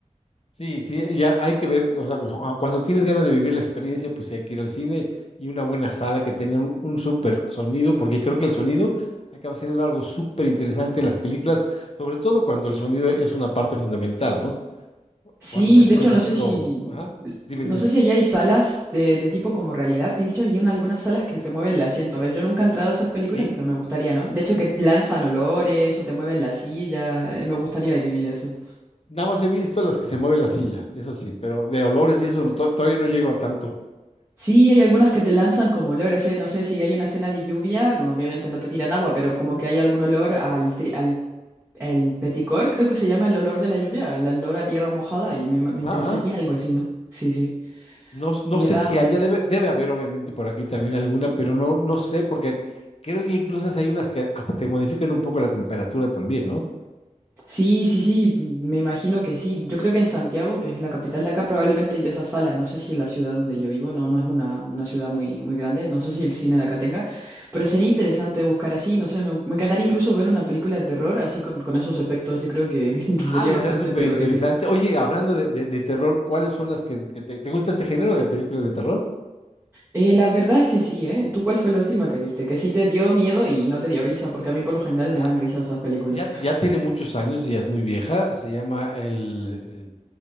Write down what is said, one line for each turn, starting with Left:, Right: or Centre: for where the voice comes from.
Left: Sí, sí, ya hay que ver, o sea, cu- ah, cuando tienes ganas de vivir la experiencia, pues sí hay que ir al cine y una buena sala que tenga un, un súper sonido, porque creo que el sonido acaba siendo algo súper interesante en las películas, sobre todo cuando el sonido es una parte fundamental, ¿no?
Right: Sí,
Left: Cuando ves,
Right: de
Left: por
Right: hecho
Left: ejemplo,
Right: no sé si,
Left: ajá,
Right: es-
Left: dime,
Right: no
Left: dime.
Right: sé si allá hay salas de, de tipo como realidad. De hecho, hay un- algunas salas que se mueven el asiento. A ver, yo nunca he entrado a esas películas,
Left: Sí,
Right: pero me gustaría, ¿no? De hecho, que lanzan olores o te mueven la silla. eh, Me gustaría vivir eso.
Left: nada más he visto las que se mueve la silla, es así, pero de olores y eso no, to- todavía no llego a tanto.
Right: Sí, hay algunas que te lanzan como olores. eh, No sé si hay una escena de lluvia, obviamente no te tiran agua, pero como que hay algún olor al, tri- al el peticor, creo que se llama el olor de la lluvia, el olor a tierra mojada, y me, me
Left: Ajá,
Right: interesaría algo así, ¿no? Sí, sí.
Left: No, no
Right: Le
Left: sé
Right: da
Left: si
Right: más.
Left: haya debe, debe haber, obviamente, por aquí también alguna, pero no, no sé, porque creo que incluso hay unas que hasta te modifican un poco la temperatura también, ¿no?
Right: Sí, sí, sí, me imagino que sí. Yo creo que en Santiago, que es la capital de acá, probablemente hay de esas salas. No sé si en la ciudad donde yo vivo, no, no es una, una ciudad muy, muy grande, no sé si el cine de acá tenga, pero sería interesante buscar así, no sé, me, me encantaría incluso ver una película de terror así con, con esos efectos, yo creo que, <laughs> que
Left: Ah,
Right: sería
Left: de
Right: bastante
Left: ser súper
Right: terrorífico.
Left: interesante. Oye, hablando de, de- de terror, ¿cuáles son las que, que te, te gusta este género de películas de terror?
Right: Eh, la verdad es que sí, ¿eh? ¿Tú cuál fue la última que viste? Que sí te dio miedo y no te dio risa, porque a mí por lo general
Left: La-
Right: me dan risa esas películas.
Left: ya, ya tiene muchos años y ya es muy vieja. Se llama El, el